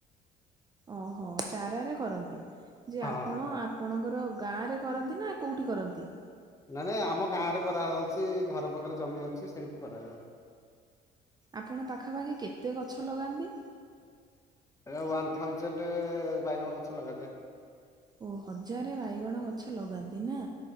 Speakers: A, on the right; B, on the left.
A: ଓହୋ ଚାରା କରନ୍ତି ଯେ
B: ହଁ
A: ଆପଣ ଆ ଆପଣଙ୍କର ଗାଁ ରେ କରନ୍ତି ନା କୋଉଠି କରନ୍ତି?
B: ନାଇ ନାଇଁ ଆମ ଗାଁ ରେ କରା ଯାଉଛି ଘର ପାଖରେ ଜମି ଅଛି ସେଇଠି କରାଯାଉଛି।
A: ଆପଣ ପାଖାପାଖି କେତେ ଗଛ ଲଗାନ୍ତି?
B: ଏ ୱାନ୍ ଥାଉଜେଣ୍ଡ ବାଇଗଣ ଗଛ ଲଗାଯାଏ।
A: ଓ ହଜାରେ ବାଇଗଣ ଗଛ ଲଗାନ୍ତି ନା?